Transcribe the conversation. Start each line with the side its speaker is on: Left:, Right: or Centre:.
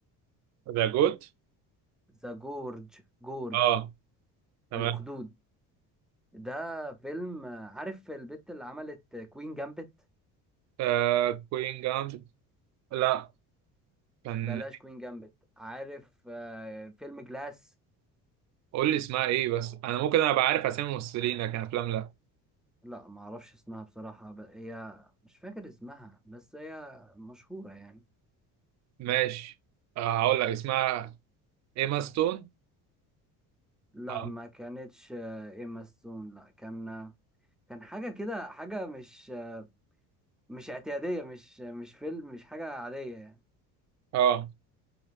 Right: ذا جوت
Centre: ذا جورج جورج
Right: اه تمام
Centre: الاخدود ده فيلم آه، عارف البت اللي عملت كوين جامبت
Right: آه كوين جامد لا كان
Centre: بلاش كوين جامبت عارف آه فيلم جلاس
Right: قول لي اسمها ايه بس انا ممكن ابقى عارف اسامي الممثلين لكن افلام لا
Centre: لا ما اعرفش اسمها بصراحة ب- هي مش فاكر اسمها بس هي مشهورة يعني
Right: ماشي آه هقول لك اسمها ايما ستون
Centre: لا
Right: اه
Centre: ما كانتش آه، ايما ستون لا كان آه، كان حاجة كده حاجة مش آه، مش اعتيادية مش آه، مش فيلم مش حاجة عادية يعني
Right: اه